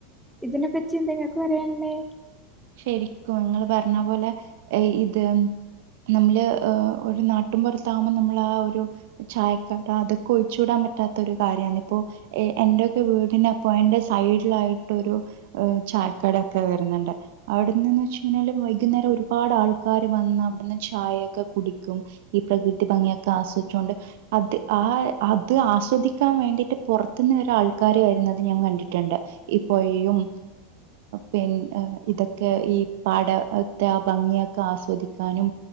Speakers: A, in the centre; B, on the right.
A: ഇതിനെപ്പറ്റി എന്താ ങ്ങക്ക് പറയാന്ള്ളേ.
B: ശരിക്കും ഇങ്ങള് പറഞ്ഞ പോലെ എ ഇത് നമ്മള് ഒരു നാട്ടും പുറത്താകുമ്പോ നമ്മളാ ഒരു ചായക്കട അതൊക്കെ ഒഴിച്ചൂടാൻ പറ്റാത്ത ഒരു കാര്യാന്ന്. ഇപ്പോ എ എന്റെയൊക്കെ വീടിനപ്പൊ എന്റെ സൈഡിലായിട്ടൊരു ചായക്കടൊക്കെ വരുന്നുണ്ട്. അവിടന്ന്ന്ന്ച്ച്ഴിഞ്ഞാല് വൈകുന്നേരം ഒരുപാട് ആൾക്കാര് വന്ന് അവിടുന്ന് ചായയൊക്കെ കുടിക്കും. ഈ പ്രകൃതി ഭംഗിയൊക്കെ ആസ്വദിച്ചൊണ്ട്. അത് ആ അത് ആസ്വദിക്കാ വേണ്ടിട്ട് പുറത്തുന്ന് വരെ ആൾക്കാര് വരുന്നത് ഞാൻ കണ്ടിട്ടുണ്ട്. ഇപൊയ്യും പിന്ന ഇത ക്കെ ഈ പാടത്തെ ആ ഭംഗിയൊക്കെ, ആസ്വദിക്കാനും.